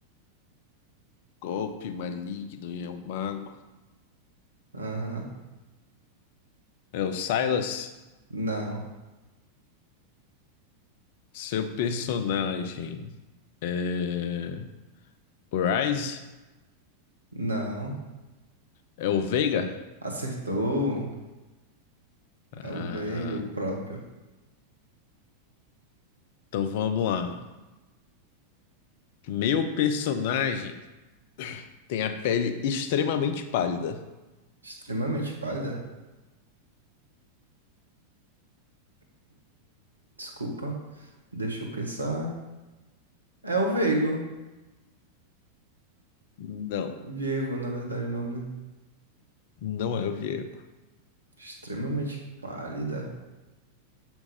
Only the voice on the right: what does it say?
Aham.
Não.
Não.
Acertou.
É o Veiga, o próprio.
Extremamente pálida. Desculpa. Deixa eu pensar. É o Veigo.
Viego, na verdade, o nome, né?
Extremamente pálida.